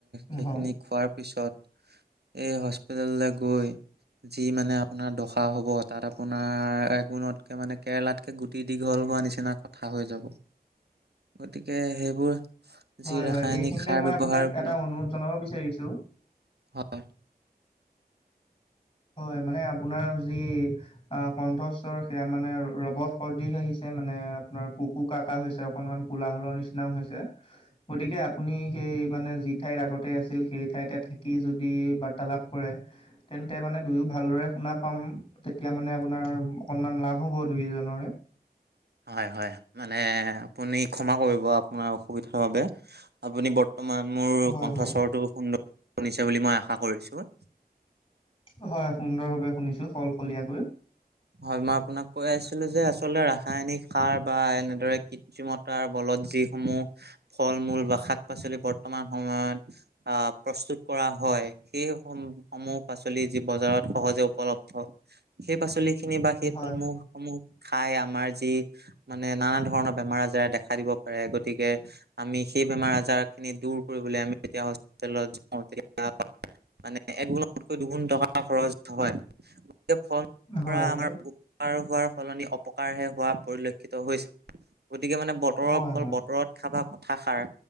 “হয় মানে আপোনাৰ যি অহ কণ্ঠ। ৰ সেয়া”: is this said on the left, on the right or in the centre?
Left